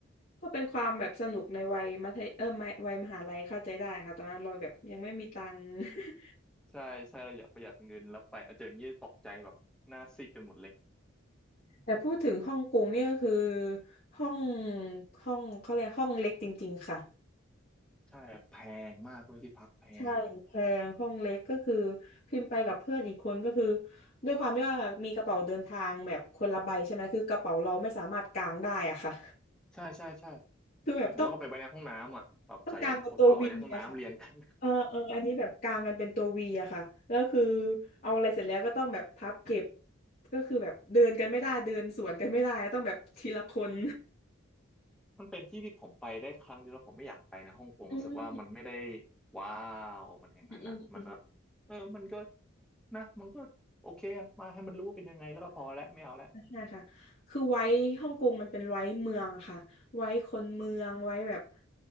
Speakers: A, on the left (about 45°); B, in the centre.
A: ก็เป็นความแบบสนุกในวัยมัธยเออไม่วัยมหาลัยเข้าใจได้ค่ะตอนนั้นเราแบบยังไม่มีตังค์ <laughs>
B: <laughs> ใช่ใช่เราอยากประหยัดเงินแล้วไปเอาเจออย่างนี้ตกใจแบบหน้าซีดกันหมดเลย
A: แต่พูดถึงฮ่องกงเนี่ยก็คือห้องห้องเขาเรียกห้องเล็กจริงๆค่ะ
B: <laughs> ใช่แพงมากด้วยที่พักแพง
A: ใช่แพงห้องเล็กก็คือพิมพ์ไปกับเพื่อนอีกคนก็คือด้วยความที่ว่ามีกระเป๋าเดินทางแบบคนละใบใช่ไหมคือกระเป๋าเราไม่สามารถกางได้อะค่ะ
B: ใช่ใช่ใช่
A: คือแบบต้อง
B: ผมผมต้องเอาไปไว้ในห้องน้ำอ่ะแบบใส่กระเป๋าไว้ในห้องน้ำเรียงกัน
A: ต้องกางเป็นตัววีอะค่ะเออเอออันนี้แบบกางกันเป็นตัววีอะค่ะแล้วคือเอาอะไรเสร็จแล้วก็ต้องแบบพับเก็บก็คือแบบเดินกันไม่ได้เดินสวนกันไม่ได้ต้องแบบทีละคน
B: มันเป็นที่ที่ผมไปได้ครั้งเดียวแล้วผมไม่อยากไปนะฮ่องกงรู้สึกว่ามันไม่ได้
A: อืม
B: ว้าวมันอย่างนั้นอ่ะมันก็
A: อืมอืม
B: เออมันก็นะมันก็โอเคมาให้มันรู้ว่าเป็นยังไงแล้วก็พอแล้วไม่เอาแล้ว
A: ใช่ค่ะคือไว้ฮ่องกงมันเป็นไว้เมืองอะค่ะ ไว้คนเมืองไว้แบบ